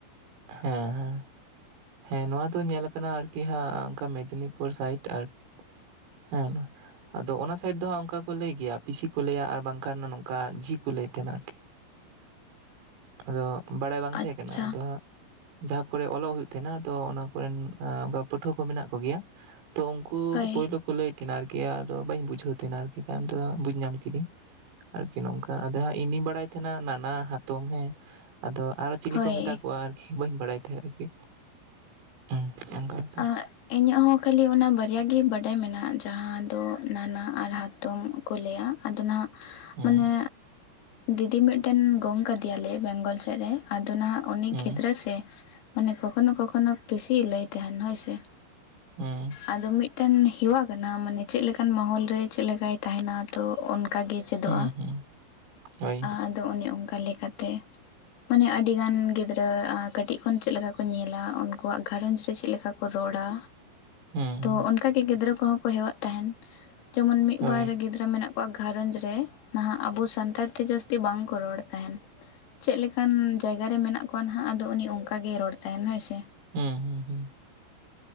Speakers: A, on the right; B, on the left.
A: ᱦᱮᱸ ᱦᱮᱸ᱾ ᱦᱮᱸ ᱱᱚᱣᱟ ᱫᱚ ᱧᱮᱞ ᱟᱠᱟᱱᱟ ᱟᱨᱠᱤ ᱦᱟᱸᱜ ᱚᱱᱠᱟ ᱢᱮᱫᱽᱱᱤᱯᱩᱨ ᱥᱟᱭᱤᱰ ᱟᱨᱠᱤ᱾ ᱦᱮᱸ᱾ ᱟᱫᱚ ᱚᱱᱟ ᱥᱟᱭᱤᱰ ᱫᱚ ᱦᱟᱸᱜ ᱱᱚᱝᱠᱟ ᱠᱚ ᱞᱟᱹᱭ ᱜᱮᱭᱟ ᱯᱤᱥᱤ ᱞᱟᱹᱭᱟ ᱟᱨ ᱵᱟᱝᱠᱷᱟᱱ ᱱᱚᱝᱠᱟ ᱡᱤ ᱠᱚ ᱞᱟᱹᱭ ᱛᱟᱦᱮᱸᱱᱟ ᱟᱨᱠᱤ᱾
B: <inaudible>
A: ᱟᱫᱚ ᱵᱟᱲᱟᱭ ᱵᱟᱝ ᱛᱟᱦᱮᱸ
B: ᱟᱪᱪᱷᱟ
A: ᱠᱟᱱᱟ ᱟᱫᱚ ᱦᱟᱸᱜ ᱡᱟᱦᱟᱸ ᱠᱚᱨᱮᱜ ᱚᱞᱚᱜ ᱦᱩᱭᱩᱜ ᱛᱟᱦᱮᱸᱱᱟ ᱛᱚ ᱚᱱᱟ ᱠᱚᱨᱮᱱ ᱯᱟᱹᱴᱷᱩᱣᱟᱹ ᱠᱚ ᱢᱮᱱᱟᱜ ᱠᱚᱜᱮᱭᱟ, ᱛᱚ ᱩᱝᱠᱩ
B: ᱦᱳᱭ
A: ᱯᱩᱭᱞᱩ ᱠᱚ ᱞᱟᱹᱭ ᱛᱟᱦᱮᱸᱱ ᱟᱨᱠᱤ ᱟᱫᱚ ᱵᱟᱹᱧ ᱵᱩᱡᱷᱟᱹᱣ ᱛᱟᱦᱮᱸᱱᱟ ᱟᱨᱠᱤ ᱛᱟᱭᱚᱢ ᱫᱚ ᱵᱩᱡᱽ ᱧᱟᱢ ᱠᱤᱫᱤᱧ, ᱟᱨᱠᱤ ᱱᱚᱝᱠᱟ ᱟᱫᱚ ᱦᱟᱸᱜ ᱤᱧᱫᱩᱧ ᱵᱟᱲᱟᱭ ᱛᱟᱦᱮᱸᱱᱟ ᱱᱟᱱᱟ ᱦᱟᱛᱚᱢ ᱦᱚᱸ, ᱟᱫᱚ ᱟᱨ ᱪᱤᱞᱤ
B: ᱦᱳᱭ
A: ᱠᱚ ᱢᱮᱛᱟ ᱠᱚᱣᱟ ᱟᱨᱠᱤ ᱵᱟᱹᱧ ᱵᱟᱲᱟᱭ ᱛᱟᱦᱮᱸᱜ ᱟᱨᱠᱤ᱾ ᱦᱩᱸ ᱚᱱᱠᱟ ᱵᱮᱯᱟᱨ
B: ᱟᱜ ᱤᱧᱟᱹᱜ ᱦᱚᱸ ᱠᱷᱟᱹᱞᱤ ᱚᱱᱟ ᱵᱟᱨᱭᱟ ᱜᱮ ᱵᱟᱰᱟᱭ ᱢᱮᱱᱟᱜᱼᱟ ᱡᱟᱦᱟᱸ ᱫᱚ ᱱᱟᱱᱟ ᱟᱨ ᱦᱟ ᱛᱚᱢ ᱠᱚ ᱞᱟᱹᱭᱟ ᱟᱫᱚ ᱱᱟᱦᱟᱸᱜ
A: ᱦᱩᱸ
B: ᱢᱟᱱᱮ ᱫᱤᱫᱤ ᱢᱤᱫᱴᱮᱱ ᱜᱚᱝᱠᱟ ᱜᱮᱭᱟᱞᱮ ᱵᱮᱝᱜᱚᱞ ᱥᱮᱫ ᱨᱮ, ᱟᱫᱚ ᱱᱟᱦᱟᱸᱜ ᱩᱱᱤ
A: ᱦᱩᱸ
B: ᱜᱤᱫᱽᱨᱟᱹ ᱥᱮ ᱢᱟᱱᱮ ᱠᱚᱠᱷᱚᱱᱳ ᱠᱚᱠᱷᱚᱱᱳ ᱯᱮᱥᱤ ᱞᱟᱹᱭ ᱛᱟᱦᱮᱸᱱ ᱦᱳᱭ ᱥᱮ᱾
A: ᱦᱩᱸ᱾
B: ᱟᱫᱚ ᱢᱤᱫᱴᱮᱱ ᱦᱮᱣᱟ ᱠᱟᱱᱟ ᱢᱟᱱᱮ ᱪᱮᱫ ᱞᱮᱠᱟᱱ ᱢᱚᱦᱚᱞ ᱨᱮ ᱪᱮᱫ ᱞᱮᱠᱟᱭ ᱛᱟᱦᱮᱸᱱᱟ ᱛᱚ ᱚᱱᱠᱟᱜᱮ ᱪᱮᱫᱚᱜᱼᱟ
A: ᱦᱩᱸ ᱦᱩᱸ ᱦᱳᱭ
B: ᱟᱫᱚ ᱚᱱᱮ ᱚᱱᱠᱟ ᱞᱮᱠᱟᱛᱮ ᱢᱟᱱᱮ ᱟᱹᱰᱤ ᱜᱟᱱ ᱜᱤᱫᱽᱨᱟᱹ ᱟ ᱠᱟᱹᱴᱤᱡᱽ ᱠᱷᱚᱱ ᱪᱮᱫ ᱞᱮᱠᱟ ᱠᱚ ᱧᱮᱞᱟ ᱩᱱᱠᱩᱣᱟᱜ ᱜᱷᱟᱨᱚᱸᱡᱽ ᱠᱚ ᱪᱮᱫ ᱞᱮᱠᱟ ᱠᱚ ᱨᱚᱲᱟ
A: ᱦᱩᱸ
B: ᱛᱚ ᱚᱱᱠᱟ ᱜᱮ ᱜᱤᱫᱽᱨᱟᱹ ᱠᱚᱦᱚᱸ ᱠᱚ ᱦᱮᱣᱟᱜ ᱛᱟᱦᱮᱸᱱ᱾ ᱡᱮᱢᱚᱱ ᱢᱤᱫ
A: ᱦᱳᱭ
B: ᱵᱟᱨ ᱜᱤᱫ ᱨᱟᱹ ᱢᱮᱱᱟᱜ ᱠᱚᱣᱟ ᱜᱷᱟᱨᱚᱸᱡᱽ ᱨᱮ ᱱᱟᱦᱟᱸᱜ ᱟᱵᱚ ᱥᱟᱱᱛᱟᱲ ᱛᱮ ᱡᱟᱹᱥᱛᱤ ᱵᱟᱝ ᱠᱚ ᱨᱚᱲ ᱛᱟᱦᱮᱸᱱ᱾ ᱪᱮᱫ ᱞᱮᱠᱟᱱ ᱡᱟᱭᱜᱟᱹ ᱨᱮ ᱢᱮᱱᱟᱜ ᱠᱚᱣᱟ ᱱᱟᱦᱟᱸᱜ ᱟᱫᱚ ᱩᱱᱤ ᱚᱝᱠᱟ ᱜᱮᱭ ᱨᱚᱲ ᱛᱟᱦᱮᱸᱱᱟ ᱦᱳᱭ ᱥᱮ᱾
A: ᱦᱩᱸ ᱦᱩᱸ ᱦᱩᱸ᱾